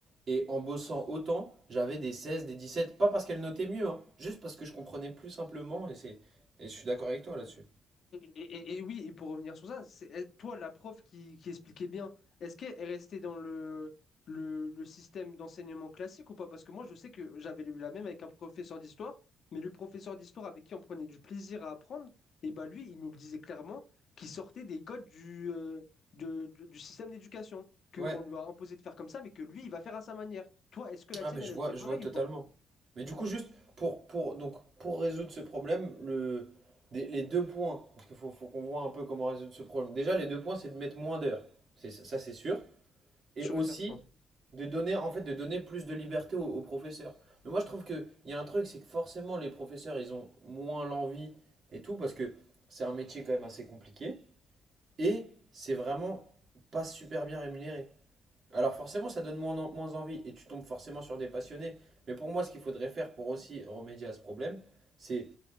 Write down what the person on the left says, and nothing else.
Et, et- et- et oui, et pour revenir sur ça, c'est elle- toi, la prof qui, qui expliquait bien, est-ce qu'elle est restée dans le, le, le système d'enseignement classique ou pas? Parce que moi, je sais que j'avais lu la même avec un professeur d'histoire, mais le professeur d'histoire avec qui on prenait du plaisir à apprendre, et bah lui, il nous le disait clairement qu'il sortait des codes du, euh, de- de- du système d'éducation, qu'on
lui a imposé de faire comme ça, mais que lui, il va faire à sa manière. Toi, est-ce que la
tienne,
elle
elle
faisait pareil
ou pas?
Sûr
et certain.